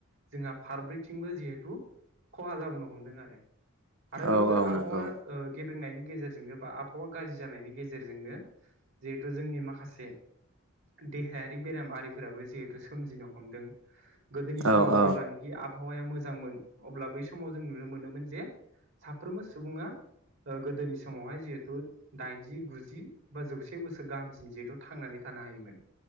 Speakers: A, on the right; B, on the right.
A: जोंहा फारब्रैथिंबो जिहेथु खहा जाबोनो हमदों आरो आरो
B: औ
A: बैफोर
B: औ
A: आबहावा
B: नंगौ
A: ओ गेबेंनायनि गेजेरजोंनो बा आबहावा गाज्रि जानायनि गेजेरजोंनो जिहेथु जोंनि माखासे देहायारि बेराम आरारिफोराबो जिहेथु सोमजिनो हमदों। गोदोनि
B: औ
A: समाव
B: औ
A: जेब्लानोखि आब हावाया मोजांमोन अब्ला बै समाव जों नुनो मोनोमोन जे साफ्रोमबो सुबुङा ओ गोदोनि समावहाय जिहेथु दाइनजि गुजि बा जौसे बोसोर गाहामसिन जिहेथु थांनानै थानो हायोमोन।